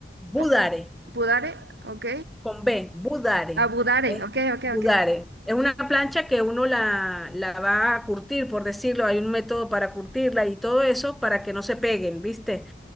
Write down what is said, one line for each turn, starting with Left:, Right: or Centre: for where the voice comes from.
Centre: budare,
Right: co- pudare, ok.
Centre: con B, budare.
Right: Abudare,
Centre: Es
Right: ok, ok,
Centre: budare.
Right: ok.
Centre: Es una plancha que uno la, la va a curtir, por decirlo, hay un método para curtirla y todo eso para que no se peguen, ¿viste?